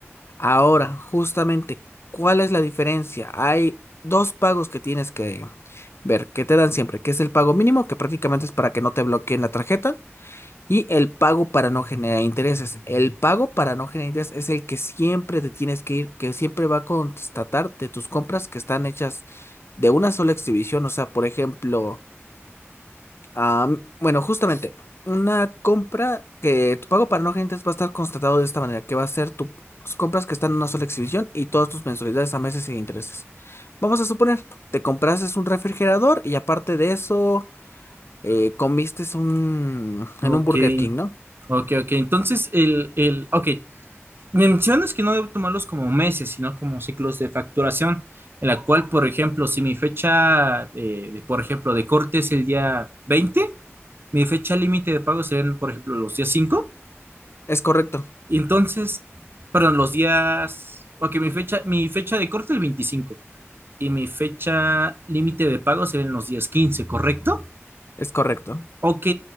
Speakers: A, on the left; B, on the right.
A: Ahora, justamente, ¿cuál es la diferencia? Hay dos pagos que tienes que ver, que te dan siempre, que es el pago mínimo, que prácticamente es para que no te bloqueen la tarjeta, y el pago para no generar intereses. El pago para no generar intereses es el que siempre te tienes que ir, que siempre va a constatar de tus compras que están hechas de una sola exhibición. O sea, por ejemplo, am, bueno, justamente una compra que tu pago para no generar intereses va a estar constatado de esta manera, que va a ser tus compras que están en una sola exhibición y todas tus mensualidades a meses sin intereses. Vamos a suponer, te compraste un refrigerador y aparte de eso, eh, comiste un,
B: Ok,
A: en un Burger King, ¿no?
B: ok, ok. Entonces, el, el, ok. Me mencionas que no debo tomarlos como meses, sino como ciclos de facturación, en la cual, por ejemplo, si mi fecha, eh, de- por ejemplo, de corte es el día 20, mi fecha límite de pago serían, por ejemplo, los días 5.
A: Es correcto.
B: Y entonces, perdón, los días, ok, mi fecha, mi fecha de corte el 25 y mi fecha límite de pago será en los días 15, ¿correcto?
A: Es correcto.
B: Ok,